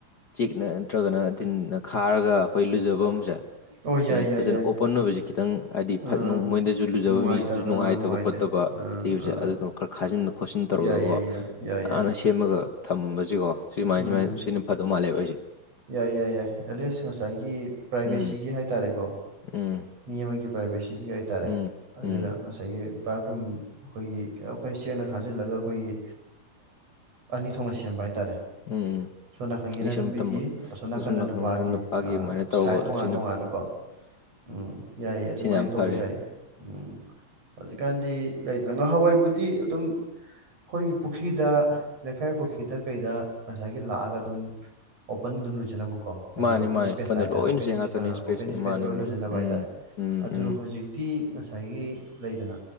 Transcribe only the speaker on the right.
ꯑꯣ
ꯌꯥꯏ ꯌꯥꯏ
ꯌꯥꯏ
ꯑꯥ
ꯅꯨꯡꯉꯥꯏꯇ
ꯑꯥ ꯅꯨꯡꯉꯥꯏꯇꯦ
ꯑꯥ
ꯑꯥ
ꯌꯥꯏ ꯌꯥꯏ ꯌꯥꯏ ꯌꯥꯏ
ꯌꯥꯏ
ꯎꯝ
ꯌꯥꯏ ꯌꯥꯏ ꯌꯥꯏ ꯑꯦꯂꯤꯁ ꯉꯁꯥꯏꯒꯤ ꯄ꯭ꯔꯥꯏꯚꯦꯁꯤꯒꯤ
ꯍꯥꯏꯇꯥꯔꯦꯀꯣ꯫
ꯃꯤ ꯑꯃꯒꯤ ꯄ꯭ꯔꯥꯏꯕꯦꯁꯤꯒꯤ ꯍꯥꯏꯇꯥꯔꯦ꯫
ꯑꯗꯨꯅ
ꯉꯁꯥꯏꯒꯤ ꯕꯥꯠꯔꯨꯝ ꯑꯩꯈꯣꯏꯒꯤ ꯑꯩꯈꯣꯏ ꯆꯦꯛꯅ ꯈꯥꯖꯤꯜꯂꯒ ꯑꯩꯈꯣꯏꯒꯤ꯫ ꯑꯅꯤ ꯊꯣꯛꯅ ꯁꯦꯝꯕ ꯍꯥꯏꯇꯥꯔꯦ
ꯁꯣꯟ ꯅꯥꯀꯟꯒꯤꯅ
ꯅꯨꯄꯤ꯫
ꯅꯨꯄꯤꯒꯤ
ꯑꯁꯣꯝ ꯅꯥꯀꯟꯗ
ꯅꯨꯄꯥꯒꯤ
ꯁꯥꯏꯠ ꯇꯣꯉꯥꯟ
ꯇꯣꯉꯥꯟꯅꯀꯣ ꯎꯝ꯫ ꯌꯥꯏꯌꯦ ꯑꯗꯨꯃꯥꯏꯅ
ꯇꯧꯕꯁꯨ
ꯌꯥꯏ ꯎꯝ꯫ ꯍꯧꯖꯤꯛꯀꯥꯟꯗꯤ ꯂꯩꯗꯅ ꯉꯍꯥꯟꯋꯥꯏꯕꯨꯗꯤ ꯑꯗꯨꯝ꯫ ꯑꯩꯈꯣꯏꯒꯤ ꯄꯨꯈ꯭ꯔꯤꯗ ꯂꯩꯀꯥꯏ ꯄꯨꯈ꯭ꯔꯤꯗ ꯀꯩꯗ ꯉꯁꯥꯏꯒꯤ ꯂꯥꯛꯑꯒ ꯑꯗꯨꯝ꯫ ꯑꯣꯄꯟꯗ ꯑꯗꯨꯝ ꯂꯣꯏꯖꯅꯕꯀꯣ꯫ ꯍꯥꯏꯕꯗꯤ
ꯑꯣꯄꯟ
ꯏꯁꯄꯦꯁꯇ
ꯍꯥꯏꯇꯥꯔꯦ
ꯑꯣꯄꯦꯟ ꯏꯁꯄꯦꯁꯇ
ꯂꯣꯏ
ꯂꯣꯏꯖꯟꯅꯕ
ꯍꯥꯏꯇꯥꯔꯦ꯫
ꯑꯗꯨ
ꯍꯧꯖꯤꯛꯇꯤ ꯉꯁꯥꯏꯒꯤ ꯂꯩꯗꯅ꯫